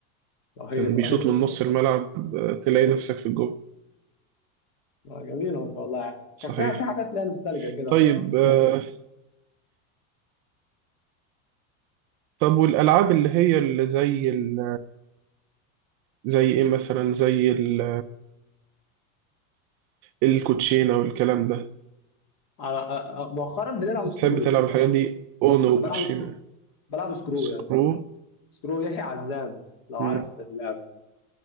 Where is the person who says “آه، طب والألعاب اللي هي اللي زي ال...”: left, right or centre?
Right